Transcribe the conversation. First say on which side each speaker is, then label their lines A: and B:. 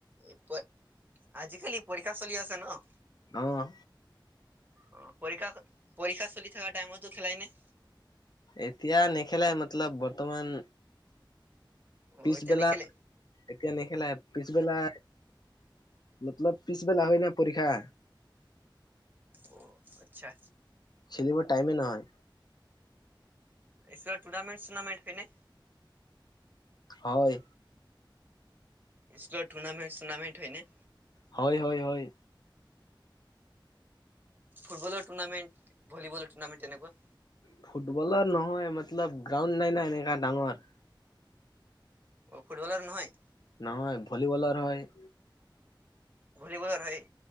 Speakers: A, on the right; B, on the left.
A: এই পে আজিকালি পৰীক্ষা চলি আছে ন?
B: অ'।
A: অ পৰীক্ষা পৰীক্ষা চলি থাকা টাইমতো খেলাই নে?
B: এতিয়া নেখেলাই মতলব বৰ্তমান
A: অ
B: পিছবেলা,
A: এতিয়া নেখেলে
B: এতিয়া নেখেলাই পিছবেলা মতলব পিছবেলা হয় না পৰীক্ষা।
A: অঁ আচ্ছা।
B: খেলিব টাইমেই নহয়।
A: পিছত টুৰ্ণামেণ্ট চুৰ্নামেণ্ট হয়নে?
B: হয়।
A: স্কুলত টুৰ্ণামেণ্ট চুৰ্নামেণ্ট হয় নে?
B: হয়, হয়, হয়।
A: ফুটবলৰ টুৰ্নামেণ্ট ভলীবলৰ টুৰ্নামেণ্ট তেনেকুৱা
B: ফুটবলৰ নহয়, মতলব গ্ৰাউণ্ড নাই নাই এনেকা ডাঙৰ।
A: অ' ফুটবলৰ নহয়?
B: নহয়, ভলীবলৰ হয়।
A: ভলীবলৰ হয়।